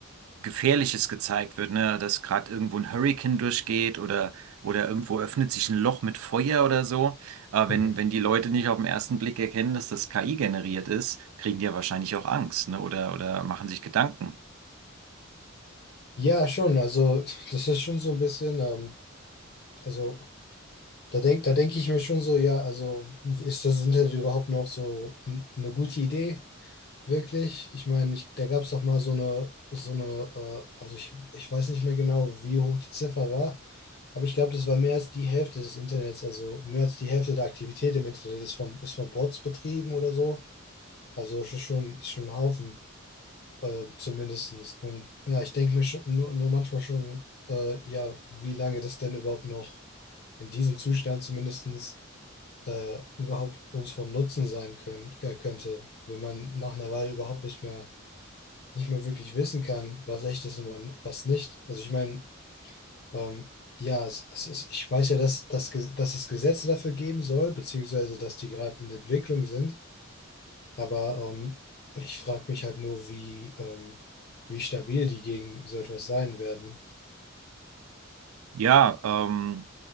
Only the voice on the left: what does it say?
Mhm.
Ja, schon. Also das ist schon so ein bisschen. Ähm, Also da denk, da denke ich mir schon so, ja, also ist das Internet überhaupt noch so n- eine gute Idee, wirklich? Ich meine, ich, da gab es doch mal so eine, so eine, äh, also ich, ich weiß nicht mehr genau, wie hoch die Ziffer war, aber ich glaube, das war mehr als die Hälfte des Internets, also mehr als die Hälfte der Aktivität im Internet ist von, ist von Bots betrieben oder so. Also es ist schon, ist schon ein Haufen, äh, zumindestens. Und ja, ich denke mir schon, nur, nur manchmal schon, äh, ja, wie lange das denn überhaupt noch in diesem Zustand zumindestens äh, überhaupt uns von Nutzen sein können, äh, könnte, wenn man nach einer Weile überhaupt nicht mehr, nicht mehr wirklich wissen kann, was echt ist und wann- was nicht. Also ich meine, ähm, ja, es, es ist, ich weiß ja, dass, dass, Ge- dass es Gesetze dafür geben soll, beziehungsweise dass die gerade in der Entwicklung sind, aber ähm, ich frage mich halt nur, wie, ähm, wie stabil die gegen so etwas sein werden.